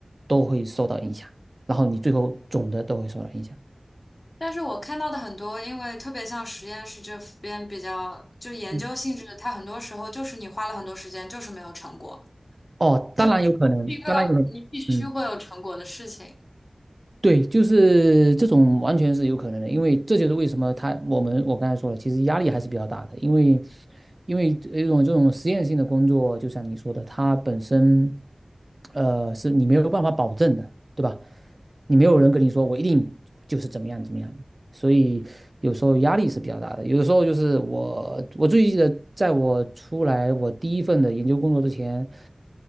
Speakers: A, on the right; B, on the left.
A: 都会受到影响，然后你最后总的都会受到影响。
B: 但是我看到的很多，因为特别像实验室这边比较就是研究性质的，
A: 嗯，
B: 它很多时候就是你花了很多时间，就是没有成果。
A: 哦，
B: 它就是不是一个你必须会有成果的事情。
A: 当然有可能，当然有可能，嗯。对，就是这种完全是有可能的，因为这就是为什么他我们我刚才说了，其实压力还是比较大的，因为因为一种这种实验性的工作，就像你说的，它本身呃是你没有办法保证的，对吧？你没有人跟你说我一定就是怎么样怎么样的，所以有时候压力是比较大的。有的时候就是我我最记得，在我出来我第一份的研究工作之前，